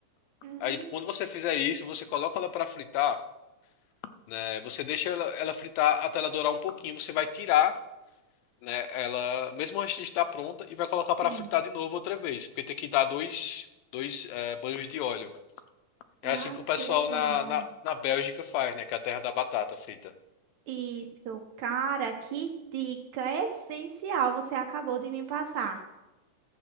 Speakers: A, on the right; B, on the left.
A: Hum,
B: Aí quando você fizer isso, você coloca ela para fritar, né, você deixa ela, ela fritar até ela dourar um pouquinho, você vai tirar né? Ela, mesmo antes de estar pronta, e vai colocar para
A: sim.
B: fritar de novo outra vez, porque tem que dar dois, dois eh, banhos de óleo. É
A: Ah,
B: assim que o pessoal
A: que legal.
B: na, na, na Bélgica faz, né? Que é a terra da batata frita.
A: Isso, cara, que dica essencial você acabou de me passar.